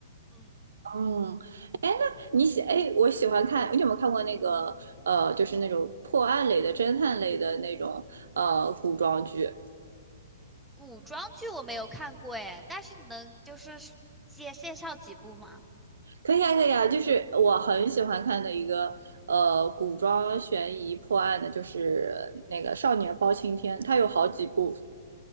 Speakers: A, in the centre; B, on the right.
A: 嗯，
B: 嗯，哎，那你喜哎，我喜欢看，你有没有看过那个呃，就是那种破案类的、侦探类的那种呃古装剧？
A: 古装剧我没有看过诶，但是你能就是介介绍几部吗？
B: 可以啊，可以啊，就是我很喜欢看的一个呃古装悬疑破案的，就是那个《少年包青天》，它有好几部，